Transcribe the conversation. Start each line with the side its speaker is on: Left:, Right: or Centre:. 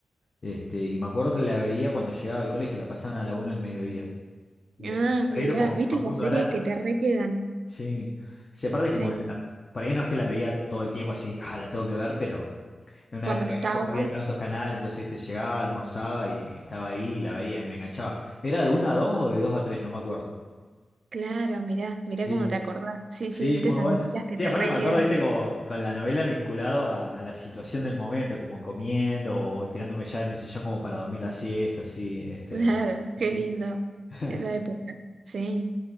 Left: Este, y me acuerdo que la veía cuando llegaba al colegio, la pasaban a la una del mediodía. de
Right: Ah,
Left: Guerrero
Right: mirá,
Left: con
Right: ¿viste
Left: Facundo
Right: esas series
Left: Arana.
Right: que te requedan
Left: Sí. Sí, aparte
Right: Sí,
Left: como que la- por ahí no es que la veía todo el tiempo así, ah, la tengo que ver, pero en una
Right: cuando
Left: época
Right: estaba.
Left: que tampoco había tantos canales, entonces viste, llegaba, almorzaba y estaba ahí y la veía y me enganchaba. ¿Era de 1 a 2 o de 2 a tres No me acuerdo.
Right: Claro, mirá, mirá
Left: Sí,
Right: cómo te acordás. Sí, sí,
Left: sí,
Right: viste
Left: muy
Right: esas
Left: buena.
Right: medidas que
Left: Sí,
Right: te
Left: aparte
Right: requedan
Left: me acuerdo, viste, como con la novela vinculado a, a la situación del momento, como comiendo o tirándome ya en el sillón como para dormir la siesta, así, este.
Right: Claro, qué
Left: Sí.
Right: lindo
Left: <laughs>
Right: esa época. Sí.